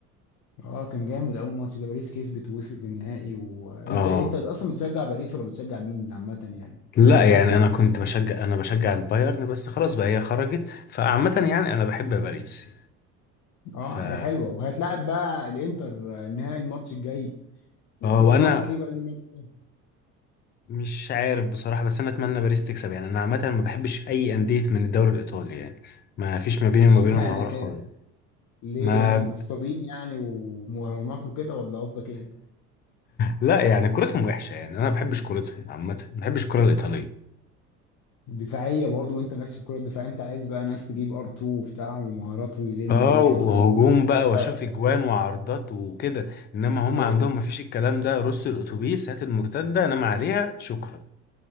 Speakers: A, on the left (about 40°); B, on the left (about 25°).
A: أه كان جامد أول ماتش ده باريس كسبت ووصلت للنهائي وأنت
B: اه
A: أنت أصلا بتشجع باريس ولا بتشجع مين عامة يعني في
B: لا
A: أوروبا؟
B: يعني انا كنت بشجع انا بشجع البايرن بس خلاص بقى هي خرجت فعامه يعني انا بحب باريس
A: اه
B: ف اه
A: هي حلوه وهتلاعب بقى الانتر آه، نهائي الماتش الجاي
B: آه،
A: توقعاتك
B: وانا
A: ايه بقى للماتش ده؟
B: مش عارف بصراحه بس انا اتمنى باريس تكسب يعني انا عامه ما بحبش اي انديه من الدوري الايطالي يعني ما فيش
A: <laughs>
B: ما بيني
A: مش
B: وما بينهم
A: معنى
B: عوار
A: كده
B: خالص
A: ليه
B: ما
A: يعني نصابين يعني ومهرجانات وكده ولا قصدك ايه؟
B: لا يعني كورتهم وحشة يعني أنا ما بحبش كورتهم عامة ما بحبش الكورة الإيطالية
A: دفاعيه برضه وانت مالكش في الكره الدفاعيه انت عايز بقى ناس تجيب ار 2 وبتاع ومهارات ويلم
B: اه
A: ويكسب
B: وهجوم
A: خمسه سته زي
B: بقى
A: البايرن
B: واشوف اجوان وعرضات وكده انما هم
A: هو
B: عندهم ما فيش الكلام ده رص الاتوبيس هات المرتده انام عليها شكرا